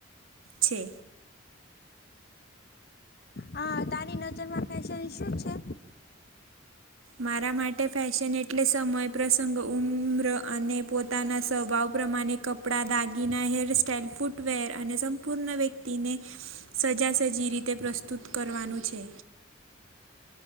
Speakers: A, on the right (about 85°); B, on the left (about 50°).
A: છે.
B: હ, તારી નજરમાં ફેશન શું છે?
A: મારા માટે ફેશન એટલે સમય પ્રસંગ ઉમ્ર અને પોતાના સ્વભાવ પ્રમાણે. કપડાં, દાગીના, હેરસ્ટાઈલ, ફૂટવેર અને સંપૂર્ણ વ્યક્તિને સજા સજી રીતે પ્રસ્તુત કરવાનું છે.